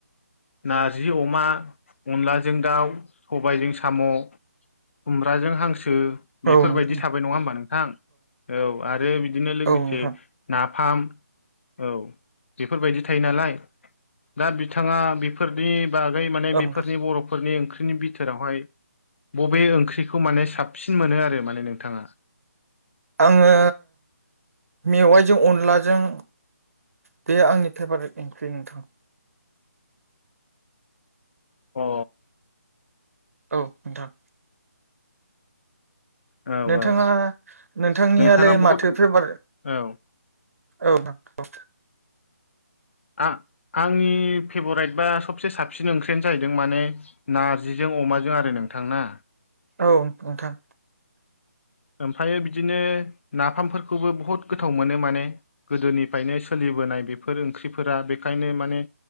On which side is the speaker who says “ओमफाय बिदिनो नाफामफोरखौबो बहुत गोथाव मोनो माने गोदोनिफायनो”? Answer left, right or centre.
Left